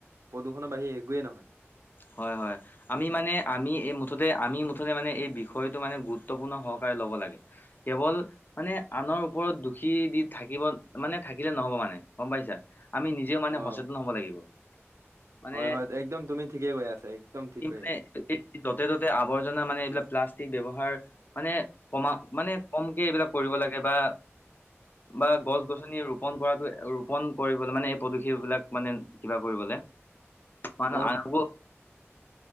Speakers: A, on the right; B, on the left.
A: প্ৰদূষণৰ বাহিৰে একোৱে নহয়।
B: হয় হয় আমি মানে আমি এই আমি মুঠতে মানে এই বিষয়টো মানে গুৰুত্বপূৰ্ণ সহকাৰে ল'ব লাগে। কেৱল মানে আনৰ ওপৰত দুখী দি থাকিব মানে থাকিলে নহব মানে গম পাইছা। আমি নিজেও মানে
A: অ
B: সেচেতন হ'ব লাগিব। মানে
A: হয় হয় একদম তুমি ঠিক ঠিকে কৈ আছা একদম কৈ
B: মানে
A: আছা
B: এই যতে ততে আৱৰ্জনা মানে এইবিলাক প্লাছ ব্যৱহাৰ মানে কমা, মানে কমকে এইবিলাক কৰিব লাগে বা বা গছ-গছনি ৰোপন কৰাটো ৰোপন কৰিবলে মানে এই পদূষিবিলাক মানে কিবা কৰিবলে মানুহ
A: অ
B: আগ্ৰহ